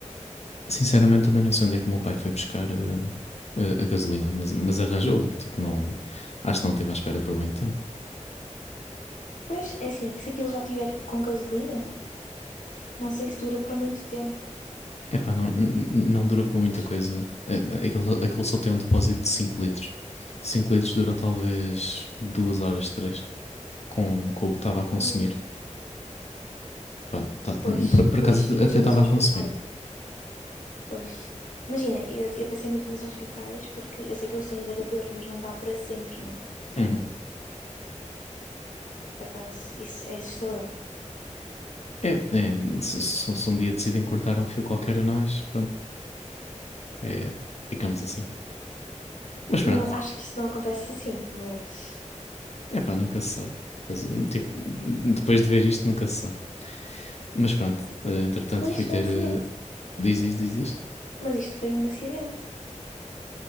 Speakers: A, on the left (about 55°); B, on the left (about 85°).
A: Sinceramente, também não sei onde é que o meu pai foi buscar eh, a, a gasolina, mas, mas arranjou-a. Tipo, não, acho que não esteve à espera por muito tempo.
B: Pois, é assim, se aquilo já tiver com gasolina, não sei se dura para muito tempo.
A: Epá, não, n- n- não durou para muita
B: Mas
A: coisa.
B: pronto.
A: Eh, Aquele, aquele só tem um depósito de 5 litros. cinco litros durou talvez 2 horas, 3 com, com o que estava a consumir.
B: Hum,
A: Pronto, tá- tá-
B: pois,
A: por, por acaso
B: pois, imagina
A: até estava
B: os
A: a
B: hospitais.
A: consumir.
B: Pois. Imagina, eu, eu pensei muito nos hospitais, porque eu sei que eles têm geradores, mas não dá para sempre, não é?
A: Uhum.
B: Por acaso, isso é assustador.
A: É, é, se, se- se um dia decidem cortar um fio qualquer a nós, pronto, é, ficamos assim. Mas
B: Não,
A: pronto,
B: acho que isto não acontece assim, mas.
A: Epá, nunca se sabe. Estás a- Tipo, depois de ver isto, nunca se sabe. Mas pronto, eh, entretanto
B: Mas
A: fui
B: isto
A: ter.
B: foi um acidente.
A: eh, Diz isto, diz isto.
B: Mas isto foi um acidente.